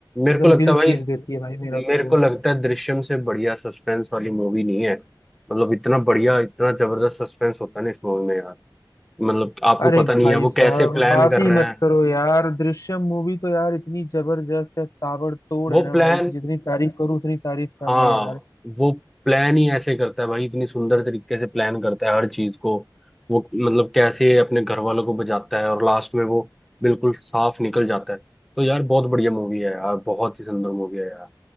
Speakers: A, in the centre; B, on the left (about 45°).
A: मेरे
B: एकदम
A: को लगता
B: दिल
A: है भाई
B: चीर देती है भाई मेरा तो
A: मेरे
B: वो
A: को लगता है दृश्यम से बढ़िया सस्पेंस वाली मूवी नहीं है मतलब इतना बढ़िया इतना जबरदस्त सस्पेंस होता है ना इस मूवी में यार मतलब आपको
B: अरे
A: पता नहीं
B: भाई
A: है वो
B: साहब
A: कैसे प्लान
B: बात
A: कर
B: ही
A: रहे
B: मत
A: हैं
B: करो यार दृश्यम मूवी तो यार इतनी जबरदस्त है ताबड़तोड़
A: वो
B: है ना
A: प्लान
B: भाई कि जितनी तारीफ करूं उतनी तारीफ कम
A: हाँ
B: है यार
A: वो प्लान ही ऐसे करता है भाई इतनी सुंदर तरीके से प्लान करता है हर चीज को वो मतलब कैसे अपने घर वालों को बचाता है और लास्ट में वो बिल्कुल साफ निकल जाता है तो यार बहुत बढ़िया मूवी है यार बहुत ही सुंदर मूवी है यार